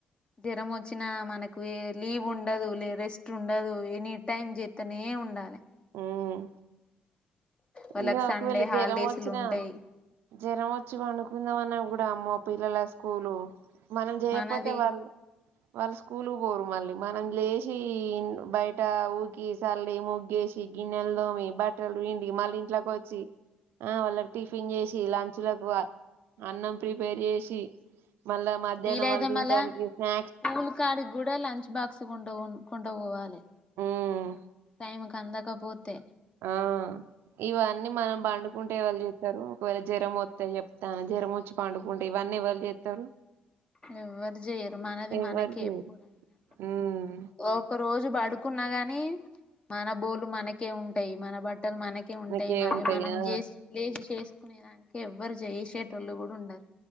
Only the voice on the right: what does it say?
ఉమ్
ఇంగ
ఒకవేళ
జ్వరం వచ్చినా
జ్వరం వచ్చి పండుకుందామన్నా కూడా అమ్మో పిల్లలస్తే స్కూలు మనం చేయపోతే
వాళ్ళు స్కూల్ కు పోరు మళ్ళీ మనం లేసి బయట ఊడ్చి సల్లి ముగ్గేసి గిన్నెలు దోమి బట్టలు పిండి మళ్ళీ ఇంట్లోకి వచ్చి ఆ వాళ్ళ టిఫిన్ చేసి లంచ్ వాళ్లకు అన్నం ప్రిపేర్ చేసి మల్ల మధ్యాహ్నం
వాళ్ళు తినడానికి
స్నా
ఉమ్
ఆ ఇవన్నీ మనం పండుకుంటే ఎవరు చేస్తారు ఒకవేళ జ్వరం ఒత్తే చెప్తన్నా జ్వరం వచ్చి పండుకుంటే ఇవన్నీ ఎవరు చేస్తారు
ఎవరు
చేయరు
ఉమ్
నీకే
ఉంటాయా